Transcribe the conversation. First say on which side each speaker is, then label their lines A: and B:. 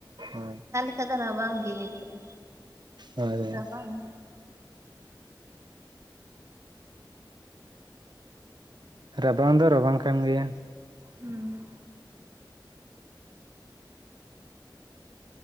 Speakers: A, on the right; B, on the right.
A: ᱦᱳᱭ
B: <unintelligible> ᱨᱟᱵᱟᱝ ᱜᱤ ᱟᱹᱭᱠᱟᱹᱜ
A: ᱦᱳᱭ
B: ᱨᱟᱵᱟᱝᱼᱟ᱾
A: ᱨᱟᱵᱟᱝ ᱫᱚ ᱨᱟᱵᱟᱝ ᱠᱟᱱ ᱜᱮᱭᱟ᱾
B: ᱦᱩᱸ᱾